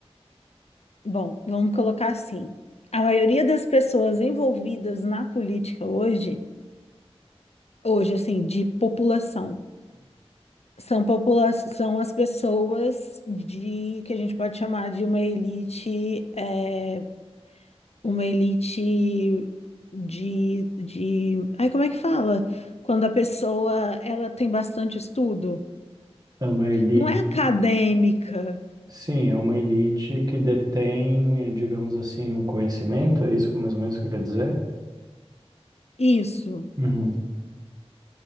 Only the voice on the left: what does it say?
bom, vamos colocar assim, a maioria das pessoas envolvidas na política hoje, hoje assim, de população, São popula são as pessoas de que a gente pode chamar de uma elite, é, uma elite de, de, ai, como é que fala? Quando a pessoa ela tem bastante estudo,
não é acadêmica,
isso.